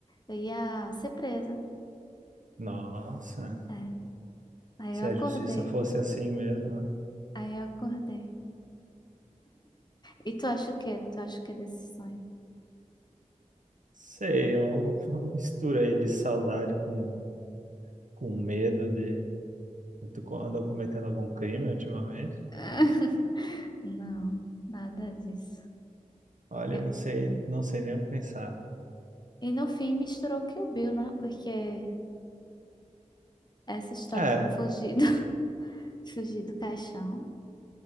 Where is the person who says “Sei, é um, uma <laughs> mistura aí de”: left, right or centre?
Right